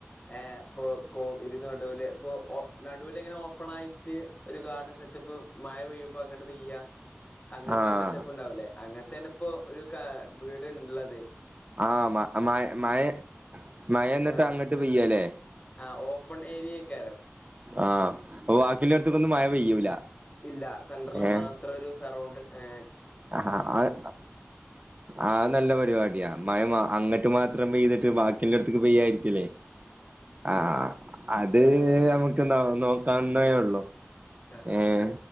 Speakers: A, on the left; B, on the right.
A: ഏഹ് കൊ കൊ ഇരു നടൂല് ഇപ്പോ ഓഹ് നടുവില് ഇങ്ങനെ ഓപ്പണായിട്ട് ഒരു ഗാർഡൻ സെറ്റപ്പ് മയ പെയ്യുമ്പോ അങ്ങട്ട് പെയ്യ അങ്ങനത്തെ
B: ആഹ്
A: ഒരു സെറ്റപ്പ് ഒണ്ടാവിലെ അങ്ങ ചെലപ്പോ ഒരു കാ വീടിനിള്ളതെ
B: ആഹ് മ മഴ മഴ മഴന്നിട്ട്
A: ആഹ്
B: അങ്ങട്ട് പെയ്യ ല്ലേ
A: ആഹ് ഓപ്പൺ ഏരിയക്കാലോ
B: ആഹ് അപ്പൊ ബാക്കില്ലടത്തേക്കൊന്നും മഴ പെയ്യൂല
A: ഇല്ല സെൻ്ററിൽ
B: ഏഹ്
A: മാത്രം ഒരു സറൗണ്ട് ഏ
B: ആഹ് ആഹ് ആഹ് അത് നല്ല പരിപാടിയാ മഴ അങ്ങിട്ട് മാത്രം പെയ്തിട്ട് ബാക്കിള്ളടത്തേക്ക് പെയ്യാതിരിക്കലേ ആഹ് അത്
A: ഏഹ്
B: നമുക്ക് എന്താന്നു കാണേന്നേ ഒള്ളു
A: ആഹ്
B: ഏഹ്